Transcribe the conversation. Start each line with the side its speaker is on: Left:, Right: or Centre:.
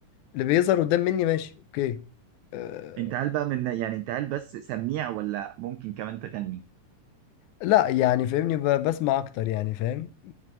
Left: اللي بيظهر قدام مني ماشي اوكي أه
Right: انت هل بقى من يعني انت هل بس سميع ولا ممكن كمان تغني
Left: لا يعني فاهمني ب- بسمع اكتر يعني فاهم